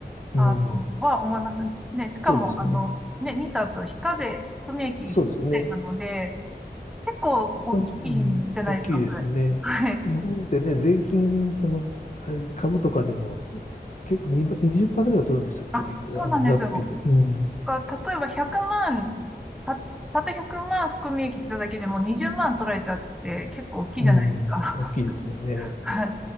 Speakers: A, on the left (about 45°); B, in the centre.
A: うん。
B: あの、は思います。ね、しかも、
A: そうですうようね。
B: あの、
A: ん。
B: ね、ニ i s と非課税、含み益が非課税なので、
A: そうですよね。
B: 結構大きいんじゃないですか、
A: 本当にうん。大きいですよね。
B: それ。はい。
A: 日本ってね、税金、その、え株とかでも結構2ばにじゅっパーセントが取るんでしたっけあの、
B: あ、そうなんですよ。
A: 雑費で。うん。
B: が例えば100万、た、たった100万含み益出ただけでも20万取られちゃって結構大きいじゃないですか。
A: うん。大きいですよね。
B: <laughs> はい。だ